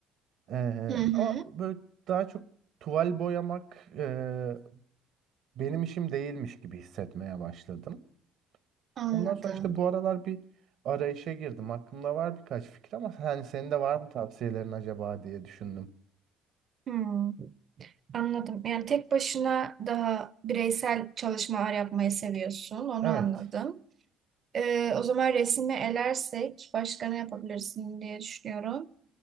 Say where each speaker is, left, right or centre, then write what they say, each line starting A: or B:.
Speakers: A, on the right (about 65°); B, on the right (about 45°).
A: Ee,
B: Hı hı.
A: ama böyle daha çok tuval boyamak e, benim işim değilmiş gibi hissetmeye başladım.
B: Anladım.
A: Ondan sonra işte bu aralar bir arayışa girdim. Aklımda var birkaç fikir ama hani senin de var mı tavsiyelerin acaba diye düşündüm.
B: Hmm, anladım. Yani tek başına daha bireysel çalışmalar yapmayı seviyorsun. Onu
A: Evet.
B: anladım. Ee, o zaman resmi elersek başka ne yapabilirsin diye düşünüyorum.